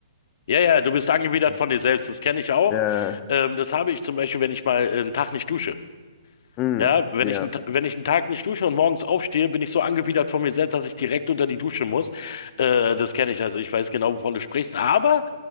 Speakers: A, on the left; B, on the left.
A: Ja, ja, du bist angewidert
B: <laughs>
A: von dir selbst, das kenne ich auch.
B: Äh,
A: Ähm, das habe ich zum Beispiel, wenn ich mal äh, einen Tag nicht dusche.
B: mh,
A: Ja, wenn
B: ja,
A: ich, einen Ta- wenn ich einen Tag nicht dusche und morgens aufstehe, bin ich so angewidert von mir selbst, dass ich direkt unter die Dusche muss. Äh, das kenne ich, also ich weiß genau, wovon du sprichst. Aber